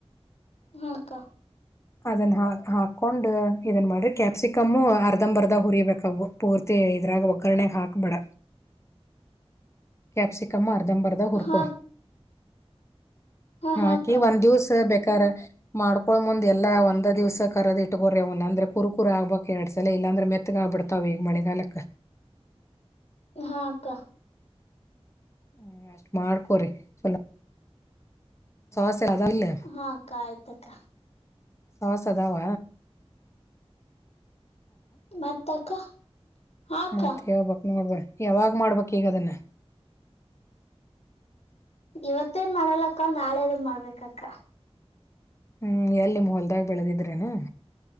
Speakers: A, on the left (about 75°); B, on the left (about 25°).
A: ಹಾ ಅಕ್ಕಾ.
B: ಅದನ್ ಹ -ಹಾಕೊಂಡ್ ಇದನ್ ಮಾಡ್ ಕ್ಯಾಪ್ಸಿಕಮ್ಮು ಅರ್ಧಂಬರ್ದ ಹುರಿಬೇಕವು ಪೂರ್ತಿ ಇದ್ರಾಗ ಒಗ್ಗರಣೆಾಗ್ಹಾಕ್ಬೇಡ. ಕ್ಯಾಪ್ಸಿಕಮ್ ಅರ್ ಜಂಬರದಾಗ್ ಹೂರ್ಕೊ
A: ಹಾಕ್ ಹ
B: ಹಾಕಿ
A: ಹಾಕ್ಕ
B: ಒಂದ್ ದಿವ್ಸ ಬೇಕ ಕರ ಮಾಡ್ಕೊಳ್ಳ ಮುಂದ್ ಎಲ್ಲಾ ಒಂದ್ ದಿವ್ಸ ಕರದ ಇಟ್ಕೋರವನ ಅಂದ್ರೆ ಕುರುಕುರು ಆಗ್ಬಕ್ ಎರಡ್ ಸಲ ಇಲ್ಲಾಂದ್ರೆ ಮೆತ್ಗ ಆಗ್ಬಿಡ್ತಾವ ಈಗ ಮಳಿಗಾಲಕ್ಕ
A: ಹಾ ಅಕ್ಕ
B: ಹ್ಮ ಅಷ್ಟ್ ಮಾಡ್ಕೋರಿ ಚಲೋ ಸಾಸ್ ಅದಾವಿಲ್ಲ
A: ಹಾ ಅಕ್ಕ ಆಯ್ತಕ್ಕ.
B: ಸಾಸ್ ಅದಾವ?
A: ಮತ್ತಕ್ಕ? ಹಾಕ್ಕ
B: ಮತ್ತ್ ಹೇಳ್ಬಕ್ ನೋಡ್ವಾ ಯಾವಾಗ್ಮಾಡ್ಬೇಕು ಈಗದನ್ನ.
A: ಇವತ್ತೇನ್ ಮಾಡಲ್ಲಕ್ಕ ನಾಳೆದು ಮಾಡ್ಬೇಕಕ್ಕ.
B: ಹ್ಮ್ ಎಲ್ಲಿ ನಿಮ್ಹೊಲ್ದಾಗ ಬೆಳೆದಿದ್ರೇನಾ.